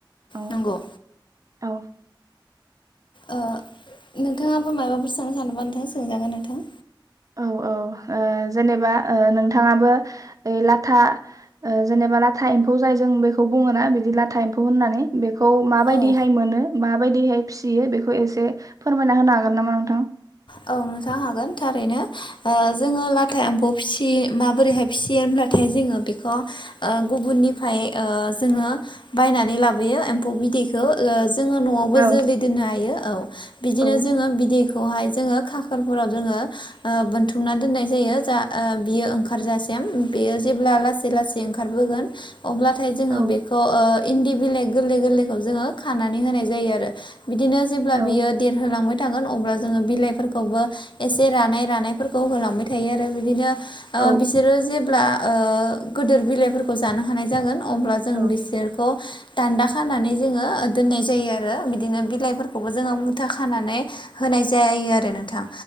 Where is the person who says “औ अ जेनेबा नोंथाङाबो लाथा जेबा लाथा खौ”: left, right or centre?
Right